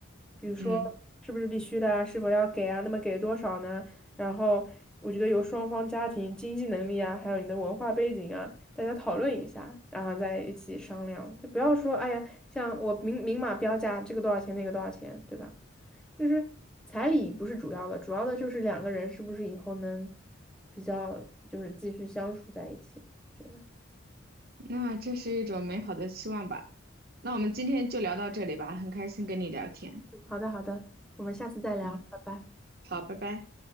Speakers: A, in the centre; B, on the right (about 50°).
A: 比如说是不是必须的啊，
B: 嗯，
A: 是否要给啊，那么给多少呢？然后我觉得由双方家庭经济能力啊，还有你的文化背景啊，大家讨论一下，然后再一起商量，就不要说哎呀，像我明明码标价，这个多少钱，那个多少钱，对吧？就是彩礼不是主要的，主要的就是两个人是不是以后能比较就是继续相处在一起，觉得。
B: 那这是一种美好的期望吧。那我们今天就聊到这里吧，很开心跟你聊天。
A: 好的，好的，我们下次再聊，
B: 嗯，
A: 拜拜。
B: 好，拜拜。